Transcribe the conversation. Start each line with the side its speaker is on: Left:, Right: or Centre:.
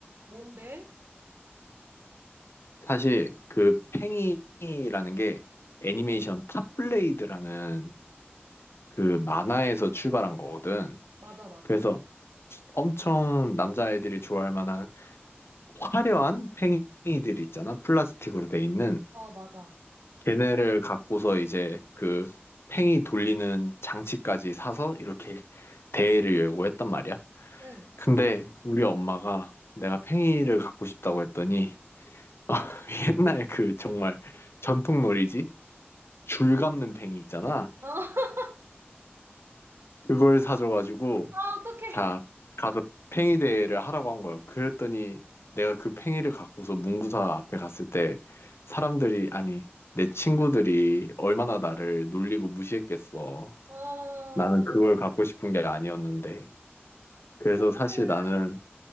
Right: 뭔데?
Left: 사실 그 팽이라는 게 애니메이션 탑블레이드라는 그 만화에서 출발한 거거든.
Right: 맞아, 맞아.
Left: 그래서 엄청 남자애들이 좋아할 만한 화려한 팽이들 있잖아. 플라스틱으로 돼 있는.
Right: 어, 맞아.
Left: 걔네를 갖고서 이제 그 팽이 돌리는 장치까지 사서 이렇게 대회를 열고 했단 말이야.
Right: 응.
Left: 근데 우리 엄마가 내가 팽이를 갖고 싶다고 했더니 <laughs> 옛날 그 정말 전통 놀이지? 줄 감는 팽이 있잖아.
Right: 어, <laughs>
Left: 그걸 사줘가지고
Right: 아, 어떡해.
Left: 자, 가서 팽이 대회를 하라고 한 거예요. 그랬더니 내가 그 팽이를 갖고서 문구사 앞에 갔을 때 사람들이, 아니, 내 친구들이 얼마나 나를 놀리고 무시했겠어.
Right: 어,
Left: 나는 그걸 갖고 싶은 게 아니었는데. 그래서
Right: 그거는
Left: 사실 나는,